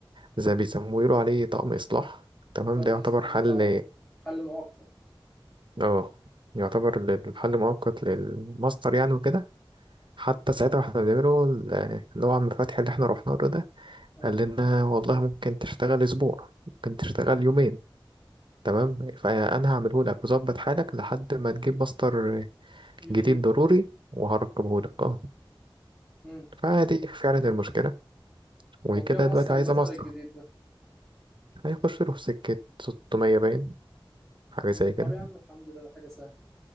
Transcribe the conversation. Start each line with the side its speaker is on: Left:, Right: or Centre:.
Right: زي بيسموه يقولوا عليه طقم اصلاح تمام
Centre: طب
Right: ده
Centre: من
Right: يعتبر
Centre: الإصلاح
Right: حل
Centre: بتاع حل مؤقت
Right: اه يعتبر الحل مؤقت للماستر يعني وكده حتى ساعتها واحنا بنعمله ال- اللي هو عم فتحي اللي احنا رحنا له ده
Centre: اه
Right: قال لنا والله ممكن تشتغل اسبوع ممكن تشتغل يومين تمام فانا هعمله لك وظبط حالك لحد ما تجيب ماستر
Centre: جديد
Right: جديد ضروري وهركبه لك اه
Centre: امم
Right: فدي فعلا المشكلة وكده
Centre: وبكام
Right: دلوقتي
Centre: أصلا
Right: عايزة
Centre: الماستر
Right: ماستر
Centre: الجديد ده
Right: هيخش له في سكة 600 باين حاجة زي كده
Centre: طب يا عم الحمد لله ده حاجة سهلة